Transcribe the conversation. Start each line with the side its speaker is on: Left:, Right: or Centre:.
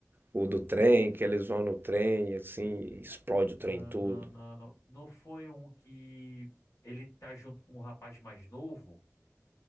Right: O do trem,
Left: Ufa.
Right: que eles vão no trem, assim, explode o trem
Left: Ah,
Right: tudo.
Left: não foi um que ele tá junto com o rapaz mais novo?